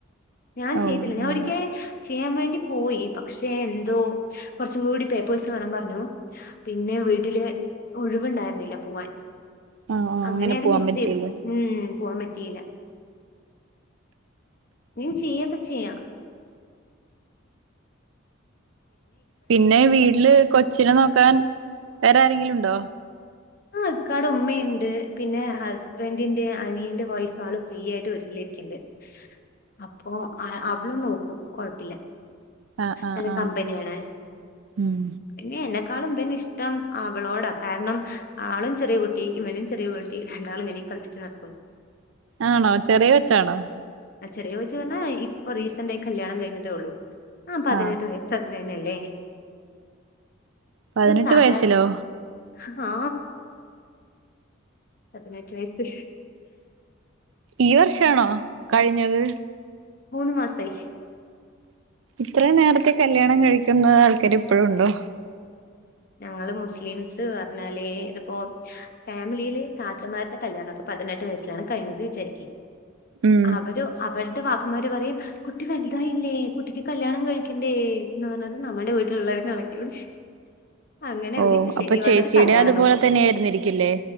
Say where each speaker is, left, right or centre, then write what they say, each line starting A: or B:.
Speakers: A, on the left; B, on the right.
A: ഞാൻ
B: ഓ
A: ചെയ്തില്ല ഞാൻ
B: അങ്ങനെ
A: ഒരിക്ക ചെയ്യാൻ വേണ്ടി പോയി പക്ഷെ എന്തോ കുറച്ചും കൂടി പേപ്പേഴ്സ് വേണം പറഞ്ഞു പിന്നെ വീട്ടില് ഒഴിവുണ്ടായിരുന്നില്ല പോവാൻ
B: ആഹ് ആഹ്
A: അങ്ങനെ അത്
B: പോവാൻ
A: മിസ്
B: പറ്റിയില്ല
A: ചെയ്തു ഉം പോവൻ പറ്റി ല്ല നീൻ ചെയ്യക്കെ ചെയ്യാ
B: പിന്നെ വീട്ടില് കൊച്ചിനെ നോക്കാൻ വേറെ ആരെങ്കിലും ഉണ്ടോ
A: ആ ഇ ക്കാടെ ഉമ്മയുണ്ട് പിന്നെ ഹസ്ബൻറിന്റെ അനിയന്റെ വൈഫ് ആള് ഫ്രീ ആയിട്ട് വരല്ലേ ണ്ട് അപ്പൊ അവളും നോക്കും കൊഴപ്പില്ല
B: ആഹ് ആഹ്
A: നല്ല
B: ആഹ്
A: കമ്പനിയാണ്
B: ഉം
A: പിന്നെ ക്കാളും പിന്നെ ഇഷ്ടം അവളോടാ കാരണം ആളും ചെറിയ കുട്ടി ഇവനും ചെറിയ കുട്ടി രണ്ടാളും ഇങ്ങനെ കളിച്ചിട്ടു നട ക്കും
B: ആണോ ചെറിയ കൊച്ചാ ച്ചാണോ
A: ചെറിയ ചദിച്ചു പറഞ്ഞാൽ ഇപ്പൊ റീസന്റായി കല്യാണം കഴിഞ്ഞട്ടേ ഉള്ളൂ ആ പതിനെട്ട്
B: ആഹ്
A: വയ അത്രേനല്ലേ
B: പതിനെട്ട്
A: സാധാരണ
B: വയസിലോ
A: ആ പതിനെട്ട് വയസ്സ്
B: ഈ വർഷാണോ കഴിഞ്ഞത്
A: മൂ ന്ന്മാസായി
B: അത്ര നേരത്തെ കല്യാണം കഴിക്കുന്ന ആൾക്കാര് ഇപ്പോഴും ണ്ടോ
A: ഞങ്ങള് മുസ്ലിംസ് പറഞ്ഞാല് ഇതിപ്പോ ഫാമിലിയില് താറ്റമാരുടെ കല്യാണോ ക്കെ പറ പതിനെട്ട് വയസ്സിലാണ് കഴിഞ്ഞ വിചാരിക്ക്
B: ഉം
A: അവരു അവരുടെ വാ പ്പമാര് പറയും കുട്ടി വലുതായില്ലേ കുട്ടിക്ക് കല്ല്യാണം കഴിക്കണ്ടേ എന്ന് പറഞ്ഞൽ നമ്മുടെ വീട്ട ൾയിനെ അടക്കി പിടിച് <unintelligible> അങ്ങനെ അവര്
B: ഓ അപ്പൊ
A: ശരി പറഞ്ഞത്
B: ചേച്ചിയുടെ
A: കല്യാണം
B: അതുപോലെ
A: നോക്കും
B: തന്നെ ആയിരുന്നിരിക്കില്ലേ